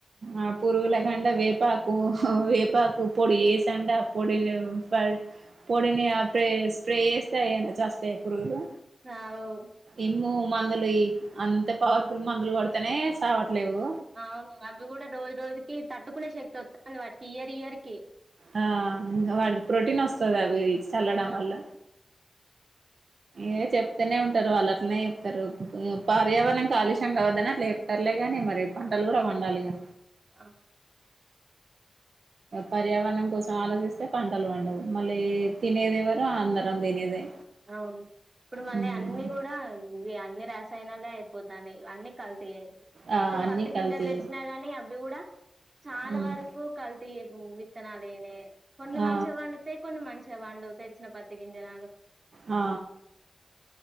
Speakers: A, on the right (about 70°); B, on the right (about 40°).
A: ఆ పురుగులకంట వేపాకు వేపాకు పొడి ఏసంట పొడిను ఫ పొడిని ఆ ప్రే స్ప్రే చేస్తే అయేనా చస్తయి. పురుగులు
B: అవు
A: ఎమో మందులు ఇయి అంత పవర్ ఫుల్ మందులు కొడితనే సావట్లేవు.
B: అవును అవి కూడా రోజు రోజుకి తట్టుకునే శక్తి వత్తాంది వాటికి ఇయర్ ఇయర్కి.
A: ఆ ఇంగా వాటికి ప్రోటీన్ వస్తది అవి చల్లడం
B: ఆ
A: వల్ల. ఏ చెప్తనే ఉంటరు వాళ్ళట్నే చెప్తరు. పర్యావరణం కాలుష్యం కావద్దని అట్లా చేప్తరులేగానీ మరి పంటలు కూడా పండాలిగా.
B: ఆ
A: పర్యావరణం కోసం ఆలోచిస్తే పంటలు పండవు. మళ్ళీ తినేది ఎవరు అందరం తినేదే.
B: అవును ఇప్పుడు మళ్ళీ
A: హ్మ్
B: అన్ని కూడా ఇవి అన్ని రసాయినాలే అయిపోతాన్నయి ఇవన్నీ కల్తీయే.
A: ఆ
B: ఇప్పుడు
A: అన్నీ
B: పత్తి గింజలు
A: కల్తీయే
B: తెచ్చినా గానీ అవి కూడా చాలా
A: హ్మ్
B: వరకు కల్తీ విత్తనాలేనే కొన్ని
A: ఆ
B: మంచిగా పండుతయి కొన్ని మంచిగా పండవు తెచ్చిన పత్తి గింజనాలు.
A: ఆ